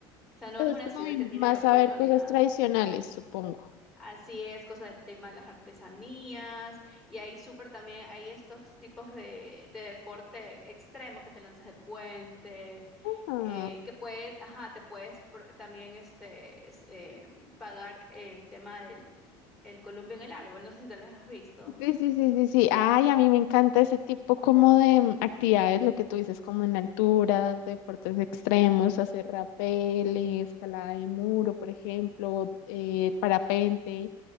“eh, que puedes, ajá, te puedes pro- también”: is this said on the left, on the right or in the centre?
Centre